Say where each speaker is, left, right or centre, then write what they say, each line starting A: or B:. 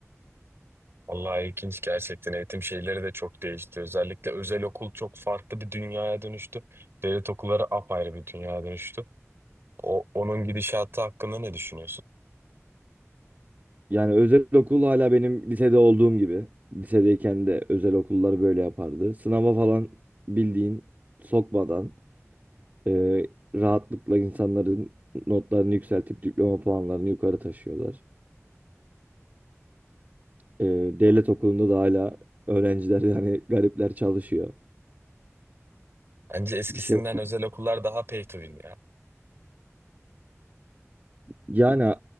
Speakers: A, on the right (about 50°); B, on the right (about 35°).
A: Vallahi ilginç gerçekten eğitim şeyleri de çok değişti. Özellikle özel okul çok farklı bir dünyaya dönüştü. Devlet okulları apayrı bir dünyaya dönüştü. O, onun gidişatı hakkında ne düşünüyorsun?
B: Yani özel okul hala benim lisede olduğum gibi. Lisedeyken de özel okullar böyle yapardı. Sınava falan bildiğin sokmadan e, rahatlıkla insanların notlarını yükseltip diploma puanlarını yukarı taşıyorlar. E, devlet okulunda da hala öğrenciler yani garipler çalışıyor.
A: Bence eskisinden
B: Bir şey
A: özel okullar daha pay to win ya.
B: yani